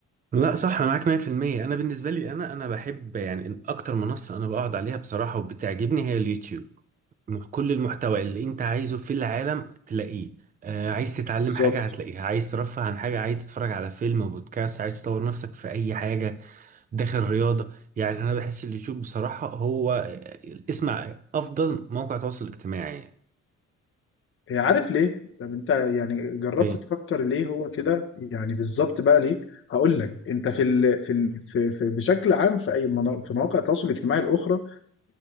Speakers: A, on the right; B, on the left.
A: لا صح انا معاك 100% انا بالنسبه لي انا انا بحب يعني اكتر منصه انا بقعد عليها بصراحه وبتعجبني هي اليوتيوب م- كل المحتوى اللي انت عايزه في العالم تلاقيه آه، عايز تتعلم
B: بالظبط
A: حاجة هتلاقيها عايز ترفه عن حاجة عايز تتفرج على فيلم بودكاست عايز تطور نفسك في أي حاجة داخل رياضة يعني أنا بحس اليوتيوب بصراحة هو آه، اسمع أفضل موقع تواصل اجتماعي يعني
B: هي عارف ليه؟ طب انت يعني جربت
A: ليه؟
B: تفكر ليه هو كده؟ يعني بالظبط بقى ليه؟ هقول لك انت في ال... في, ال... في, في بشكل عام في اي منا... في مواقع التواصل الاجتماعي الاخرى